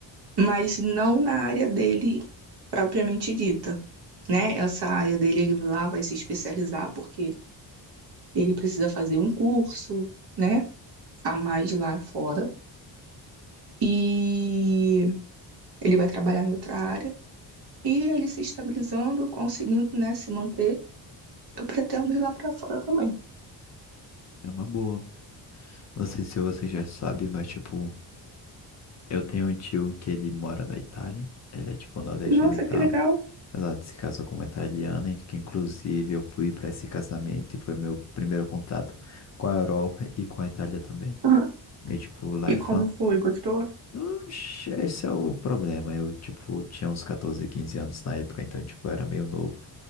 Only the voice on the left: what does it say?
é uma boa. Não sei se você já sabe, mas tipo. Eu tenho um tio que ele mora na Itália, ele é tipo nordestino
e tal,
mas ela se casou com uma italiana, e que inclusive eu fui para esse casamento e foi meu primeiro contato com a Europa e com a Itália também.
E tipo, lá
é fan...
Oxe, Esse é o problema, eu tipo tinha uns 14, 15 anos na época, então tipo eu era meio novo.